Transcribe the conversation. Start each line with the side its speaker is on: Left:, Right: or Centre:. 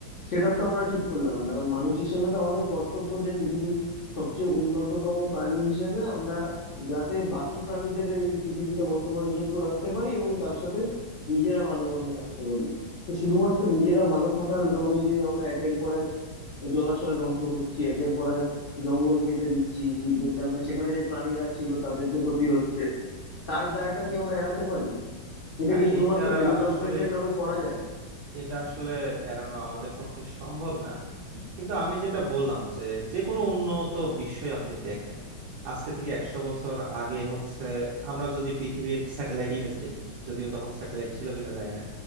Left: সেটা তো আমরা ঠিক করলাম না কারণ মানুষ হিসেবে তো আমাদের কর্তব্য যে পৃথিবীর সবচেয়ে উন্নততম প্রাণী হিসেবে আমরা যাতে বাকি প্রাণীদের এই পৃথিবীটা বসবাসযোগ্য রাখতে পারি এবং তার সাথে নিজেরা ভালোভাবে থাকতে পারি তো শুধুমাত্র নিজেরা ভালো থাকার লোভে যদি আমরা একের পর এক জলাশয় ধ্বংস করছি একের পর এক জঙ্গল কেটে দিচ্ছি যেখানে সেখানে যে প্রাণীরা ছিল তাদের যে ক্ষতি হচ্ছে তার দায়টা কি আমরা এড়াতে পারি এটা
Right: না
Left: কি শুধুমাত্র
Right: এটা
Left: ডেভেলপমেন্টের
Right: আসলে
Left: নামে করা যায়
Right: এটা আসলে এড়ানো আমাদের পক্ষে সম্ভব না কিন্তু আমি যেটা বললাম যে যে কোনো উন্নত বিশ্বই আপনি দেখেন আজকে থেকে একশো বছর আগে হচ্ছে আমরা যদি পৃথিবীর স্যাটেলাইট ইমেজ দেখি যদিও তখন স্যাটেলাইট ছিল কিনা জানি না